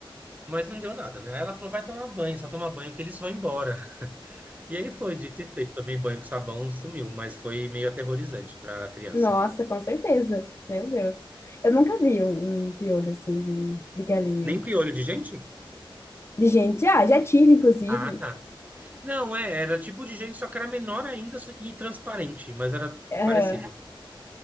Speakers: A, on the right; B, on the left.
A: Mas não deu nada, né? Aí ela falou: vai tomar banho, só tomar banho que eles vão embora. E aí foi, dito e feito, tomei banho com sabão, sumiu, mas foi meio aterrorizante pra criança.
B: Nossa, com certeza. Meu Deus. Eu nunca vi um, um piolho assim de, de galinha.
A: Nem piolho de gente?
B: De gente, ah, já tive, inclusive.
A: Ah, tá. Não, é, era tipo de gente, só que era menor ainda só- e transparente, mas era
B: Aham.
A: parecido.